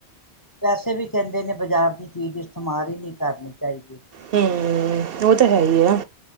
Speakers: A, on the left; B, on the right.
A: ਵੈਸੇ ਵੀ ਕਹਿੰਦੇ ਨੇ ਬਾਜ਼ਾਰ ਦੀ ਚੀਜ਼ ਇਸਤੇਮਾਲ ਹੀ ਨਹੀਂ ਕਰਨੀ ਚਾਹੀਦੀ
B: ਹੂੰ ਉਹ ਤਾਂ ਹੈ ਹੀ ਆ